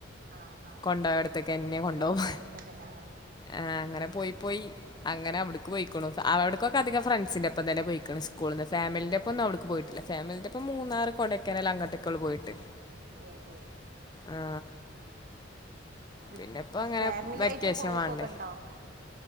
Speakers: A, on the right (about 45°); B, on the left (about 20°).
A: ആഹ് ആഹ്
B: കൊണ്ടോയെട്ത്ത്ക്കെന്നെ കൊണ്ടോവും
A: കൊണ്ടോയിടത്തൊക്കെന്നെ ആഹ്
B: ആ അങ്ങനെ പോയി പോയി അങ്ങനെ അവിടുക്ക് പോയിക്കുണു അവിട്ക്കൊക്കെ അധികം ഫ്രണ്ട്സിൻന്റെപ്പം തന്നെ പോയിക്ണ് സ്കൂള്ന്ന് ഫാമിലിന്റെ പ്പൊന്നും അവ്ട്ക്ക് പോയിട്ടില്ല ഫാമിലിന്റോപ്പം മൂന്നാറ് കൊടയ്ക്കനാൽ അങ്ങൊട്ടൊക്കൊള്ളു പോയിട്ട്
A: ഉം ഉം
B: ആ
A: ട്രിപ്പ്
B: പിന്നെപ്പോങ്ങനെ
A: ഫാമിലി
B: വെക്കേഷൻ
A: ആയിട്ട് പോക്കൊക്കെ
B: വാണ്ടേ
A: ഉണ്ടോ